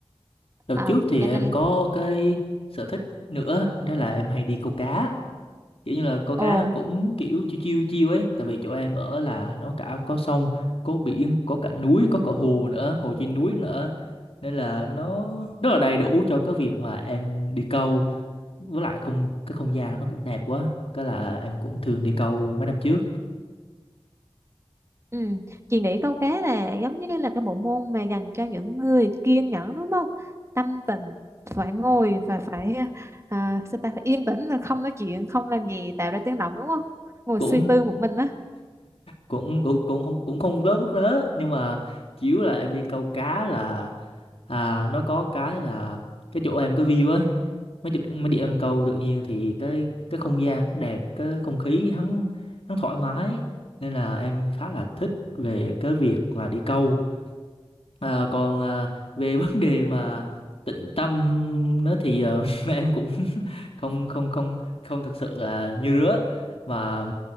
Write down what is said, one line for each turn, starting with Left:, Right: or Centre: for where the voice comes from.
Left: Đợt
Right: à,
Left: trước thì
Right: cho
Left: em
Right: nên
Left: có cái sở thích nữa đó là em hay đi câu cá kiểu như là câu cá
Right: ồ
Left: cũng kiểu chiêu chiêu chiêu ấy tại vì chỗ em ở là nó cả có sông có biển có cả núi có cả hồ nữa hồ trên núi nữa nên là nó rất là đầy đủ cho cái việc mà em đi câu với lại không cái không gian nó cũng đẹp quá cái là em cũng thường đi câu mấy năm trước
Right: Ừ. Chị nghĩ câu cá là giống như là cái bộ môn mà dành cho những người kiên nhẫn đúng không? Tâm tịnh phải ngồi và phải à, sao ta phải yên tĩnh là không nói chuyện không làm gì tạo ra tiếng động đúng không? Ngồi
Left: cũng
Right: suy tư một mình á.
Left: cũng cũng cũng không cũng không lớn mức lớn nhưng mà chủ yếu là em đi câu cá là à nó có cái là cái chỗ em cái view á mấy chỗ- mấy đi em câu tự nhiên thì cái cái không gian cũng đẹp cái không khí hắn hắn thoải mái nên là em khá là thích về cái việc là đi câu Ờ, còn ờ, về <laughs> vấn đề mà tịnh tâm nó thì ờ, <laughs> em cũng <laughs> không không không không thực sự là như rứa mà